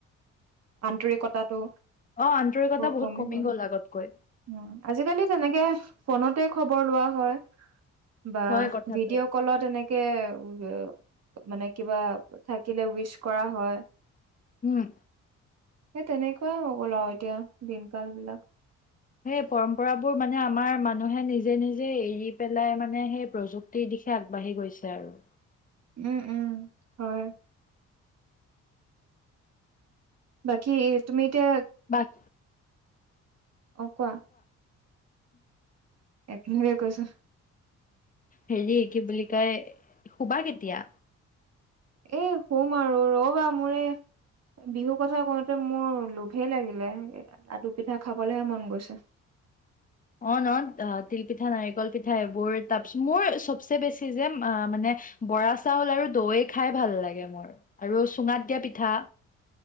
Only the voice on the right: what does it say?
আন্তৰিকতাটো,
কমি গ
উ আজিকালি তেনেকে ফোনতে খব <unintelligible> লোৱা হয় বা
ভিডিঅ' ক্ললত এনেকে উ মানে কিবা থাকিলে উইচ কৰা হয়।
সেই তেনেকুৱাই গ'ল, আ, ৰু এতিয়া দিন কাল বিলাক।
উম উম হয় বাকী এ' তুমি এতিয়া
অঁ কোৱা একেষাৰে কৈচো।
এ শুম আৰু ৰবা, মোৰ এ বিহু কথা কওঁতে মোৰ লোভেই লাগিলে, লাডু পিঠা খাবলেহে মন গৈছে।